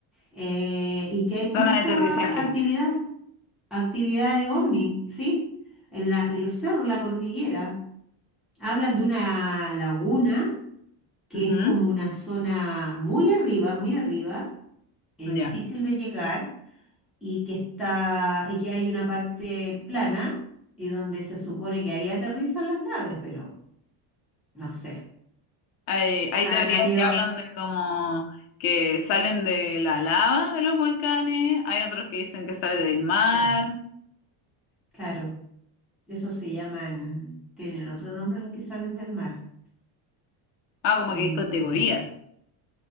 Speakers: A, in the centre; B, on the left.
A: eh, y que hay mucha
B: Zona de aterrizaje.
A: actividad, actividad de ovni, ¿sí? En la, en los cerros, la cordillera. Hablan de una laguna que
B: Ujú,
A: es como una zona muy arriba, muy arriba eh,
B: Ya.
A: difícil de llegar y que está, y que hay una parte plana y donde se supone que ahí aterrizan las naves, pero no sé.
B: Hay, hay
A: Han
B: teorías
A: habido,
B: que hablan de como que salen de la lava de los volcanes, hay otros que dicen que sale del mar.
A: sí, claro, eso se llaman, tienen otro nombre los que salen del mar.
B: Ah, como
A: Mm,
B: que hay categorías.